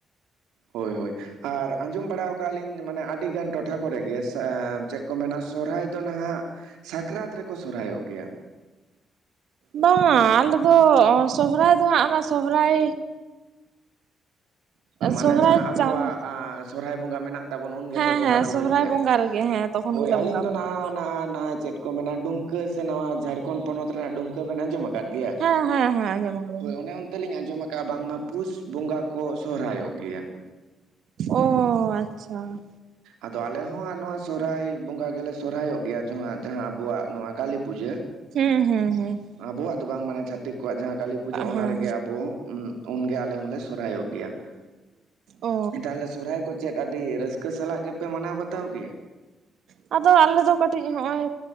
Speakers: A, on the right; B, on the right.
A: ᱦᱳᱭ ᱦᱳᱭ, ᱟᱨ ᱟᱸᱡᱚᱢ ᱵᱟᱲᱟᱶ ᱠᱟᱜᱼᱟ ᱞᱤᱧ ᱢᱟᱱᱮ ᱟᱹᱰᱤ ᱜᱟᱱ ᱴᱚᱴᱷᱟ ᱠᱚᱨᱮ ᱜᱮ ᱥᱟᱻ ᱪᱮᱫ ᱠᱚ ᱢᱮᱱᱟ ᱥᱚᱨᱦᱟᱭ ᱫᱚ ᱱᱟᱦᱟᱜ ᱥᱟᱠᱨᱟᱛ ᱨᱮᱠᱚ ᱥᱚᱨᱦᱟᱭᱚᱜ ᱜᱮᱭᱟ ᱾
B: ᱵᱟᱝᱟ ᱟᱞᱮ ᱫᱚ ᱥᱚᱦᱨᱟᱭ ᱫᱚ ᱦᱟᱸᱜ ᱚᱱᱟ ᱥᱚᱦᱨᱟᱭ
A: ᱢᱟᱱᱮ
B: ᱥᱚᱦᱨᱟᱭ
A: ᱡᱟᱦᱟᱸ ᱟᱵᱚᱣᱟᱜ
B: ᱪᱟᱸᱫ
A: ᱟᱸ ᱥᱚᱨᱦᱟᱭ ᱵᱚᱸᱜᱟ ᱢᱮᱱᱟᱜ ᱛᱟᱵᱚᱱ ᱩᱱ ᱜᱮᱯᱮ
B: ᱦᱮᱸ
A: ᱵᱚᱸᱜᱟ
B: ᱦᱮᱸ
A: ᱵᱩᱨᱩᱭ
B: ᱥᱚᱦᱨᱟᱭ
A: ᱠᱮᱭᱟ?
B: ᱵᱚᱸᱜᱟ ᱨᱮᱜᱮ ᱦᱮᱸ ᱛᱚᱠᱷᱚᱱ
A: ᱦᱳᱭ
B: ᱜᱮᱞᱮ
A: ᱟᱹᱞᱤᱧ
B: ᱵᱚᱸᱜᱟ
A: ᱫᱚ
B: ᱵᱩᱨᱩᱭ
A: ᱱᱟᱦᱟ
B: ᱜᱮᱭᱟ
A: ᱦᱟᱱᱟ ᱚᱱᱟ ᱪᱮᱫ ᱠᱚ ᱢᱮᱱᱟ ᱰᱩᱢᱠᱟᱹ ᱥᱮ ᱱᱚᱣᱟ ᱡᱷᱟᱲᱠᱷᱚᱸᱰ ᱯᱚᱱᱚᱛ ᱨᱮᱱᱟᱜ ᱰᱩᱢᱠᱟᱹ ᱵᱮᱱ ᱟᱸᱡᱚᱢ ᱟᱠᱟᱫᱟ ᱜᱮᱭᱟ,
B: ᱦᱮᱸ ᱦᱮᱸ ᱦᱮᱸ ᱟᱸᱡᱚᱢ ᱟᱠᱟᱫᱟᱞᱤᱧ
A: ᱦᱳᱭ ᱚᱱᱮ ᱚᱱᱛᱮ ᱞᱤᱧ ᱟᱸᱡᱚᱢᱟ ᱠᱟᱜᱼᱟ ᱵᱟᱝᱢᱟ ᱯᱩᱥ ᱵᱚᱸᱜᱟ ᱠᱚ ᱥᱚᱨᱦᱟᱭᱚᱜ ᱜᱮᱭᱟ ᱾
B: ᱚ ᱟᱪᱪᱷᱟ ᱾
A: ᱟᱫᱚ ᱟᱞᱮ ᱦᱚᱸ ᱦᱟᱸᱜ ᱱᱚᱣᱟ ᱥᱚᱦᱨᱟᱭ ᱵᱚᱸᱜᱟ ᱜᱮᱞᱮ ᱥᱚᱨᱦᱟᱭᱚᱜ ᱜᱮᱭᱟ ᱡᱚᱦᱟᱸ ᱡᱟᱦᱟᱸ ᱟᱵᱚᱣᱟᱜ ᱱᱚᱣᱟ ᱠᱟᱞᱤᱯᱩᱡᱟᱹ!
B: ᱦᱮᱸ ᱦᱮᱸ ᱦᱮᱸ ᱾
A: ᱟᱵᱚᱣᱟᱜ ᱫᱚ ᱵᱟᱝ ᱢᱟᱱᱮ ᱪᱷᱟᱛᱤᱠ ᱠᱚᱣᱟᱜ ᱡᱟᱦᱟᱸ ᱠᱟᱞᱤᱯᱩᱡᱟᱹ ᱚᱱᱟ
B: ᱦᱮᱸ
A: ᱨᱮᱜᱮ
B: ᱦᱮᱸ
A: ᱟᱵᱚ ᱩᱸ ᱩᱱᱜᱮ ᱟᱞᱮ ᱦᱚᱸᱞᱮ ᱥᱚᱨᱦᱟᱭᱚᱜ ᱜᱮᱭᱟ ᱾
B: ᱚ
A: ᱛᱟᱦᱚᱞᱮ ᱥᱚᱨᱦᱟᱭ ᱠᱚ ᱪᱮᱫ ᱟᱹᱰᱤ ᱨᱟᱹᱥ ᱠᱟᱹ ᱥᱟᱞᱟᱜ ᱜᱮᱯᱮ ᱢᱟᱱᱟᱣ ᱵᱟᱛᱟᱣ ᱜᱮᱭᱟ?
B: ᱟᱫᱚ ᱟᱞᱮ ᱫᱚ ᱠᱟᱹᱴᱤᱡ ᱦᱚᱸᱜᱼᱚᱭ